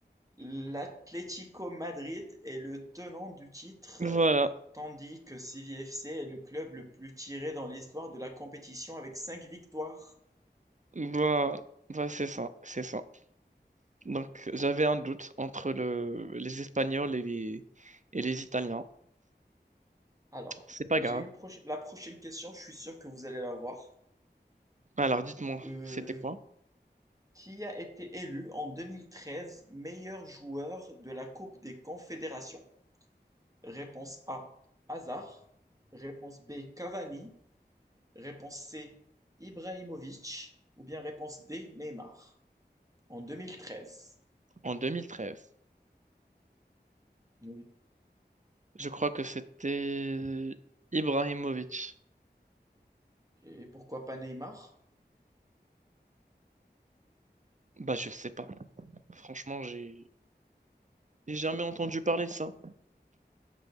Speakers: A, on the right; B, on the right.
A: L'Atlético Madrid est le tenant du titre,
B: Voilà.
A: euh, tandis que CVFC est le club le plus tiré dans l'histoire de la compétition avec 5 victoires.
B: Bah, bah, c'est ça, c'est ça. Donc, j'avais un doute entre le, les Espagnols et les, et les Italiens.
A: Alors,
B: C'est pas
A: j'ai
B: grave.
A: une proche- la prochaine question, je suis sûr que vous allez la voir.
B: Alors, dites-moi,
A: Euh,
B: c'était quoi?
A: qui a été élu en 2013 meilleur joueur de la Coupe des Confédérations? Réponse A, Hazard. Réponse B, Cavani. Réponse C, Ibrahimovic. Ou bien réponse D, Neymar. En 2013.
B: En 2013,
A: Oui.
B: je crois que c'était Ibrahimovic.
A: Et pourquoi pas Neymar?
B: Bah, je sais pas. Franchement, j'ai j'ai jamais entendu parler de ça.